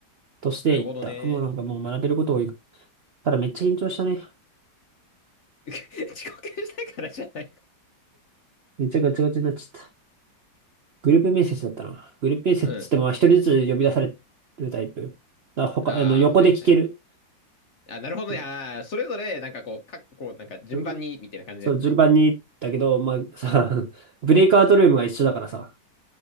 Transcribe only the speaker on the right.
としていった。
もうなんかもう学べること多い。ただめっちゃ緊張したね。
めっちゃガチガチになっちゃった。グループ面接だったな。グループ面接っつってもまあ一人ずつ呼び出されるタイプ。
だから他、
あの、横で聞ける。
うん
うん
そう、順番に、だけど、まあさ、<laughs> ブレイクアウトルームが一緒だからさ、